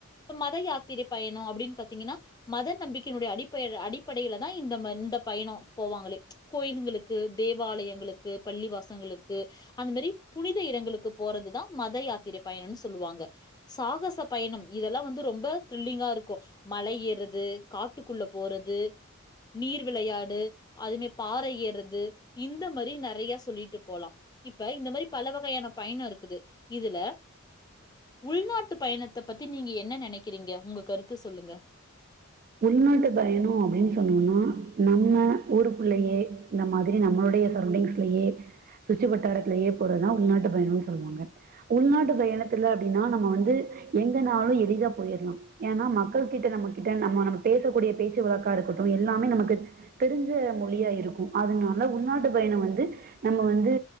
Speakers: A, on the left; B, on the right.
A: மத யாத்திர பயண அப்பிடின்னு பாத்தீங்கின்னா மத நம்பிக்கையினுடைய அடிப்ப அடிப்படையில தா இந்த இந்த பயண போவாங்களே கோயிலுங்களுக்கு தேவாலயங்களுக்கு பள்ளிவாசங்களுக்கு அந்த மாரி புனித இடங்களுக்கு போறதுதா மத யாத்திர பயணம்ன்னனு சொல்லுவாங்க சாகச பயணம் இதெல்லா வந்து ரொம்ப த்ரில்லிங்கா இருக்கு மழை ஏறது காட்டுக்குள்ள போறது நீர் விளையாடு அதுமே பாறை ஏறது இந்த மாரி நறைய சொல்லிட்டு போலா இப்ப இந்த மாரி பல வகையான பயண இருக்குது இதுல உள்நாட்டு பயணத்த பத்தி நீங்க என்ன நனைக்கிறீங்க உங்க கருத்து சொல்லுங்க
B: உள்நாட்டு பயண அப்பிடின்னு சொன்னோனா நம்ம ஊருக்குல்லயே இந்த மாரி நம்மளுடைய சர்வண்ஸ்லயே சுற்று வட்டாரத்துலேயே போறதுதா உள்நாட்டு பயணுன்னு சொல்லுவாங்க உள்நாட்டு பயணத்துல அப்பிடினா நம்ம வந்து எங்கனாலு எளிதா போயற்லா ஏன்னா மக்கள்கிட்ட நம்மகிட்ட நம்ம நம்ம பேசக்கூடிய பேச்சு வழக்கா இருக்கட்டு எல்லாமே நமக்கு தெரிஞ்ச மொழியா இருக்கு அதனால உள்நாட்டு பயணோ வந்து நம்ம வந்து